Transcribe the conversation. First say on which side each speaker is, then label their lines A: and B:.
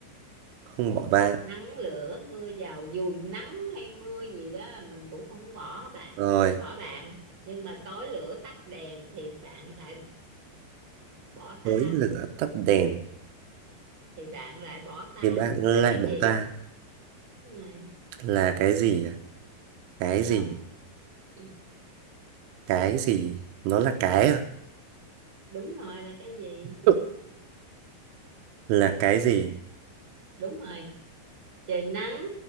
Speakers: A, on the right; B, on the right.
A: không bỏ bạn
B: nắng lửa mưa dầu dù nắng hay mưa gì đó mình cũng không bỏ bạn
A: Rồi,
B: bỏ bạn nhưng mà tối lửa tắt đèn thì bạn lại bỏ ta
A: tối lửa tắt đèn
B: thì bạn lại bỏ ta
A: thì bạn lại
B: là cái
A: bỏ
B: gì
A: ta
B: đúng rồi
A: là cái gì à? Cái
B: không
A: gì?
B: <clears throat>
A: Cái gì? Nó là cái à?
B: đúng rồi là cái gì
A: <laughs> Là cái gì?
B: đúng rồi trời nắng